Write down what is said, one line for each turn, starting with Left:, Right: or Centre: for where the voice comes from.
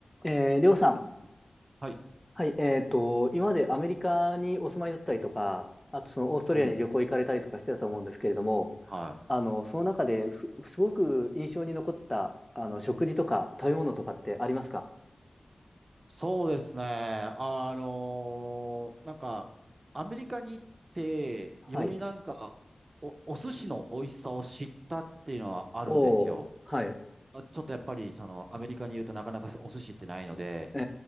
Centre: えー、りょうさん。
Right: はい。
Centre: はい、えっと、今までアメリカにお住まいだったりとか、あとそのオーストラリアに旅行行かれたりとかしてたと思うんですけれども、
Right: うん。はい。
Centre: あの、その中です、すごく印象に残った、あの、食事とか食べ物とかってありますか
Right: うんそうですね。あのーなんか、アメリカに行って、
Centre: はい。
Right: よりなんか、お、お寿司の美味しさを知ったっていうのはあるんですよ。
Centre: おー、はい。
Right: あ、ちょっとやっぱり、その、アメリカにいるとなかなかお寿司ってないので、
Centre: え